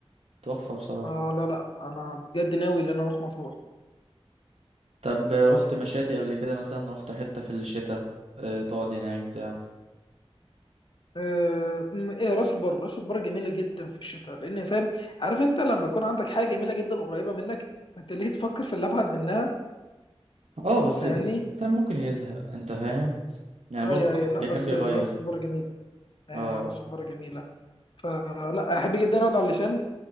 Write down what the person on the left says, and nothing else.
اه لا لا انا بجد ناوي ان انا اروح مطروح
آه، م- ايه راس البر راس البر جميله جدا في الشتاء لان فاهم عارف انت لما يكون عندك حاجه جميله جدا قريبه منك انت ليه تفكر في اللي ابعد منها
فاهمني
اي
اي لا
بس
راس البر جميله آه،
راس البر جميله فلا احب جدا اقعد على اللسان